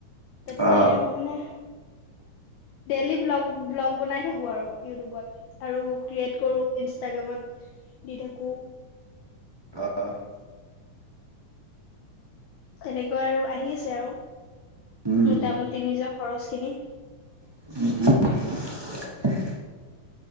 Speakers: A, on the left; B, on the right.
A: তাতে
B: অ
A: হানে ডেলি ভ্লগ, ভ্লগ বনাই থাকো আৰু ইউটুবত আৰু ক্ৰীয়েট কৰো ইনষ্টাগ্ৰামত দি থাকোঁ।
B: অহ।
A: তেনেকৈ আৰু আহি আছে আৰু
B: উম
A: মোটামুটি নিজৰ খৰচখিনি।
B: উ, উ <unintelligible>